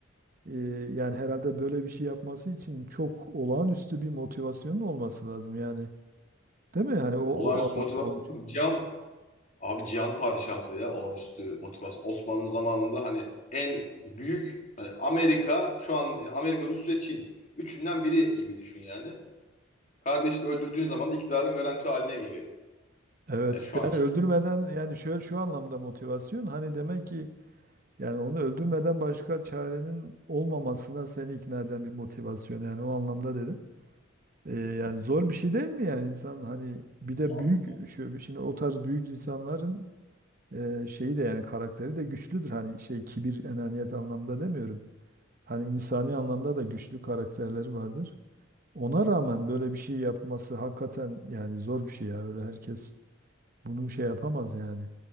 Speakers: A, on the right (about 45°); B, on the left (about 40°).
A: Ee, yani herhalde böyle bir şey yapması için çok olağanüstü bir motivasyonun olması lazım yani. Değil mi? Hani o o
B: Olağanüstü
A: alanda
B: motivasyon.
A: o.
B: Cihan, abi Cihan Padişahlığı ya olağanüstü motivasyon. Osmanlı zamanında hani en büyük hani Amerika şu an işte Amerika, Rusya, Çin. Üçünden biri gibi düşün yani. Kardeşini öldürdüğün zaman da iktidarın garanti haline geliyor.
A: Evet
B: Yani
A: işte
B: şu anki
A: yani öldürmeden yani şöyle şu anlamda motivasyon hani demek ki yani onu öldürmeden başka çarenin olmamasına seni ikna eden bir motivasyon yani o anlamda dedim. Ee, yani zor bir şey değil mi yani insan hani bir de
B: Abi
A: büyük şu, şimdi o tarz büyük insanların e, şeyi de yani karakteri de güçlüdür hani şey kibir enaniyet anlamda demiyorum. Hani insani anlamda da güçlü karakterleri vardır. Ona rağmen böyle bir şey yapması hakikaten yani zor bir şey ya. Öyle herkes bunu şey yapamaz yani.